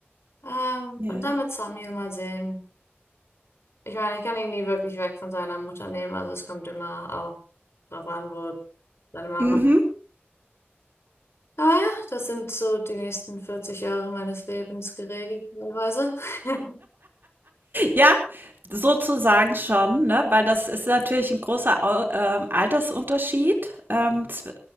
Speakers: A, on the left (about 75°); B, on the right (about 50°).
A: Ähm,
B: Ja.
A: und dann mit Samuel mal sehen. Ich meine, ich kann ihn nie wirklich weg von seiner Mutter nehmen, also es kommt immer auch drauf an, wo seine Mama
B: Mhm.
A: Aber ja, das sind so die nächsten 40 Jahre meines Lebens geregelt, teilweise. <laughs>
B: Ja, sozusagen schon, ne? Weil das ist natürlich ein großer Au ähm, Altersunterschied. Ähm, zw-